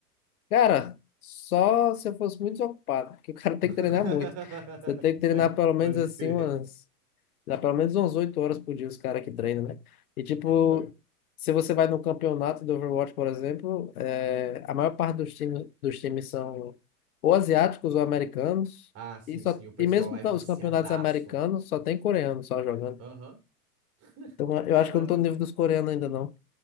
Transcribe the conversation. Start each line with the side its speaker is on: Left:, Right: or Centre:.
Left: Cara, só se eu fosse muito desocupado, <laughs> porque o cara tem
Right: <laughs>
Left: que treinar muito. Você tem que treinar
Right: É,
Left: pelo menos
Right: pode
Left: assim
Right: crer.
Left: umas. Dá pelo menos umas 8 horas por dia os caras que treinam, né? E tipo,
Right: Cu-
Left: se você vai no campeonato do Overwatch, por exemplo, é, a maior parte dos times, dos times são ou asiáticos ou americanos.
Right: Ah, sim,
Left: E, só,
Right: sim, o pessoal
Left: e mesmo
Right: lá é viciadaço.
Left: os campeonatos americanos só tem coreano só jogando.
Right: Aham. <laughs>
Left: Então eu acho
Right: Caramba,
Left: que eu não tô no nível dos coreanos ainda não.